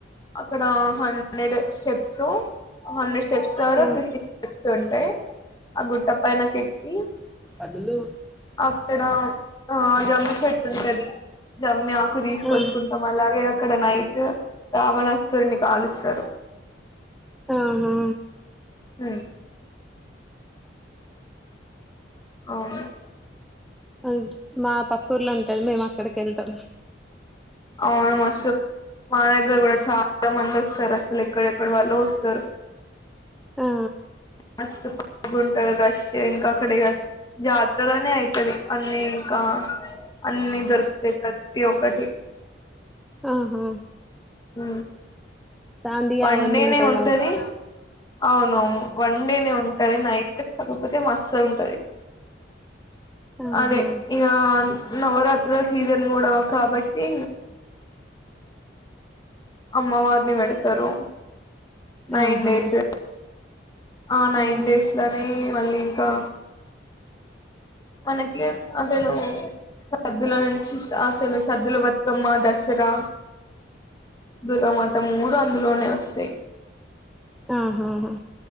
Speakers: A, on the left; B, in the centre.
A: అక్కడ హండ్రెడ్ స్టెప్స్ హండ్రెడ్ స్టెప్స్ ద్వారా
B: ఆ
A: ఫిఫ్టీ స్టెప్స్ ఉంటాయి ఆ గుట్ట పైనకు ఎక్కి
B: అందులో
A: అక్కడ ఆ జమ్మి చెట్టు ఉంటది జమ్మి ఆకు తీసుకొచ్చుకుంటాం
B: ఆహా
A: అలాగే అక్కడ నైటు రావణాసురుడిని కాలుస్సారు
B: ఆహా
A: ఉమ్ అవును
B: <unintelligible> మా పక్క ఊర్లో ఉంటాది మేము అక్కడికి వెళ్తాం
A: అవును మస్తు మా దగ్గర కూడా చాలా మంది వస్తారు అసలు ఎక్కడెక్కడ వాళ్ళో వస్తారు
B: ఆ
A: మస్తు బాగున్ టది రష్ ఇంకా అక్కడ ఇగ జాతరనే ఐతది అన్నీ ఇంకా అన్నీ దొరుకుతాయి ప్రత్తి ఒక్కటి
B: ఆహా
A: ఊ
B: దాండి
A: వన్
B: అవన్నీ
A: డే
B: ఉంటాయి
A: నే ఉంటది
B: కావచ్చు
A: అవునవును వన్ డే నే ఉంటది నైట్ కాకపోతే మస్త్ ఉంటది
B: ఆహా
A: అదే ఇగ నవరాత్రుల సీజన్ కూడా కాబట్టి అమ్మవారిని పెడతారు నైన్
B: ఆహా
A: డేస్ ఆ నైన్
B: ఉహు
A: డేస్ లనే మళ్ళీ ఇంకా మనకి అసలు సద్దుల నుంచి స్టా అసలు సద్దుల బతుకమ్మ దసరా దుర్గమాత మూడూ అందులోనే వస్తాయి
B: ఆహాహా